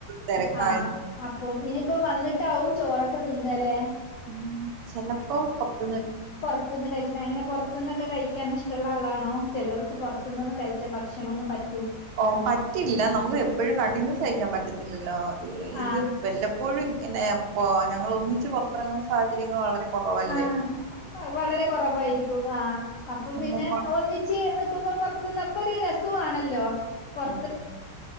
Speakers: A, on the right (about 80°); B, on the left (about 75°).
A: തിരക്കായത്
B: ആഹ് അപ്പം ഇനി ഇപ്പം വന്നിട്ടാവും ചോറൊക്കെ തിന്നാ അല്ലേ?
A: ഉം ചെലപ്പോ പൊറത്
B: പൊറത്ത്ന്ന് കഴിച്ചിട്ടങ്ങനെ പൊറത് ത്ത്ന്നൊക്കെ കഴിക്കാൻ ഇഷ്ടള്ള ആളാണോ? ചെലർക്ക് പൊറത്ത്ന്നൊന്നും കഴിച്ചാ ഭക്ഷണൊന്നും പറ്റ്
A: ഓ പറ്റില്ല. നമുക്ക് എപ്പഴും കണ്ടിന്യൂസ് കഴിക്കാൻ പറ്റത്തില്ലല്ലോ? ഇത്
B: ആഹ്
A: വല്ലപ്പോഴും പിന്നെ ഇപ്പ ഞങ്ങൾ ഒന്നിച്ച് പൊറത്തിറങ്ങുന്ന സാഹചര്യങ്ങൾ വളരെ കൊറവല്ലേ.
B: ആഹ് വളരെ കൊറവായിരിക്കും. ആ അപ്പം
A: നമ്മ
B: പിന്നെ ഒന്നിച്ച് നിക്കുമ്പോ പൊറത്ത്ന്ന് അപ്പൊ ഒരു രസ സൊ ആണല്ലോ പൊറത്ത്
A: ഉം